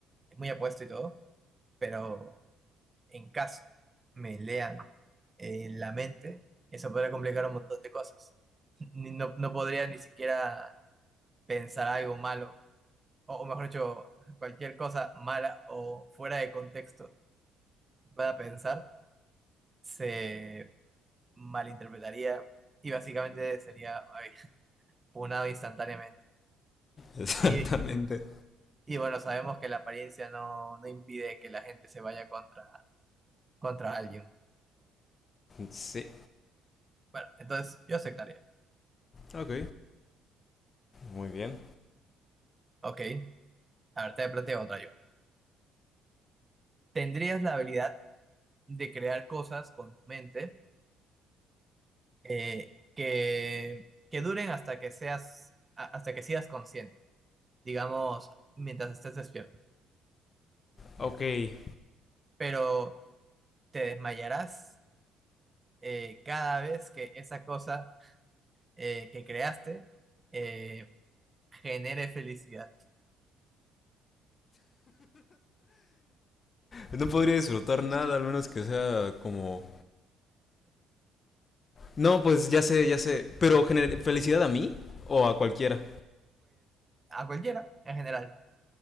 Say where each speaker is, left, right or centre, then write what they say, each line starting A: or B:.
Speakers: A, on the right; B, on the left.
A: muy apuesto y todo, pero en caso me lean eh, la mente, eso podría complicar un montón de cosas. Ni- No, no podría ni siquiera pensar algo malo, o, o mejor dicho, cualquier cosa mala o fuera de contexto que pueda pensar, se malinterpretaría y básicamente sería ay, punado instantáneamente.
B: Exactamente.
A: Y, y bueno, sabemos que la apariencia no, no impide que la gente se vaya contra, contra alguien.
B: Sí,
A: Bueno, entonces yo aceptaría.
B: ok. Muy bien.
A: Ok, a ver, te planteo otra yo. ¿Tendrías la habilidad de crear cosas con tu mente eh, que, que duren hasta que seas, a- hasta que seas consciente, digamos, mientras estés despierto, ya.
B: Ok.
A: Pero te desmayarás eh, cada vez que esa cosa eh, que creaste eh, genere felicidad.
B: No podría disfrutar nada, al menos que sea como... No, pues ya sé, ya sé. Pero gener- felicidad a mí o a cualquiera.
A: A cualquiera, en general.